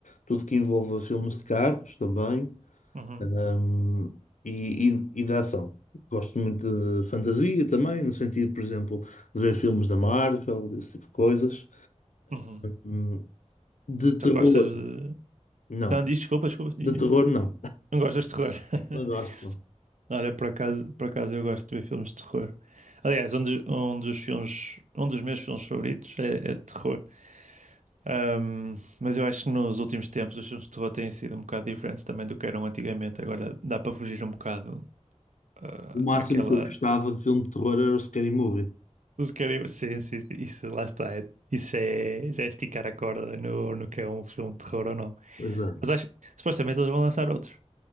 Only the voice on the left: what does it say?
tudo que envolva filmes de carros também,
ahm, e, e, e de ação. Gosto muito de fantasia também, no sentido, por exemplo, de ver filmes da Marvel, desse tipo de coisas.
Ahm, de terror,
não.
De
terror,
não. <laughs>
Não gosto, não.
O máximo
que eu gostava de filme de terror era o Scary Movie.
Exato.